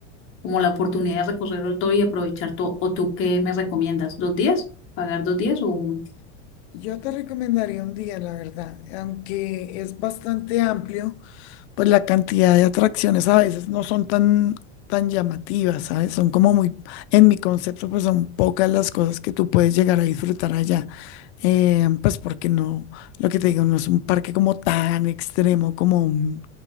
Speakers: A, on the left (about 35°); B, on the left (about 70°).
A: como la oportunidad de recorrerlo todo y aprovechar todo. ¿O tú qué me recomiendas? ¿Dos días? ¿Pagar dos días o uno?
B: Yo te recomendaría un día, la verdad, aunque es bastante amplio pues la cantidad de atracciones a veces no son tan, tan llamativas, ¿sabes? Son como muy, en mi concepto, pues son pocas las cosas que tú puedes llegar a disfrutar allá. Eh, pues porque no, lo que te digo, no es un parque como tan extremo como un,